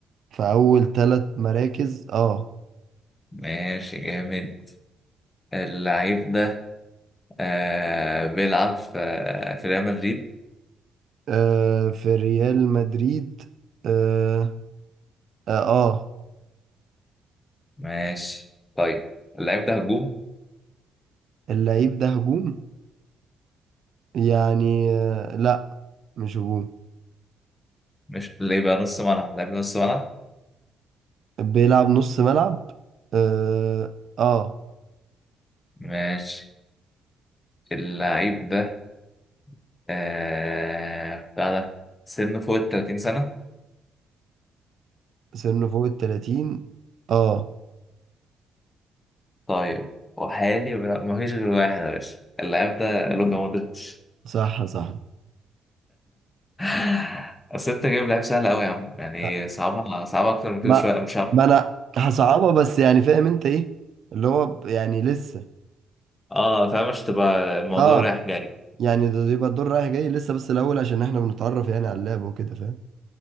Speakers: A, on the right; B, on the left.
A: في اول ثلاث مراكز اه
B: ماشي جامد اللعيب ده آه بيلعب في آه في ريال مدريد
A: آه، في ريال مدريد اه اه آه.
B: ماشي طيب اللعيب ده هجوم
A: اللعيب ده هجوم يعني آه لا مش هجوم
B: مش اللي يبقى نص ملعب اللعيب ده نص ملعب
A: بيلعب نص ملعب اه, آه.
B: ماشي اللعيب ده آه بتاع ده سنه فوق ال 30 سنة
A: سنه فوق ال 30 اه
B: طيب وحالي وبيلعب ما فيش غير واحد يا باشا اللعيب ده لوكا مودريتش
A: صح صح
B: <laughs> اصل انت جايب لعيب سهل قوي يا عم يعني
A: لا،
B: صعبها صعبها اكتر من كده
A: ما
B: شوية مش عارف
A: ما انا هصعبها بس يعني فاهم انت ايه اللي هو ب- يعني لسه
B: اه فاهم مش تبقى الموضوع
A: اه
B: رايح جاي
A: يعني ده يبقى الدور رايح جاي لسه بس الاول عشان احنا بنتعرف يعني على اللعب وكده فاهم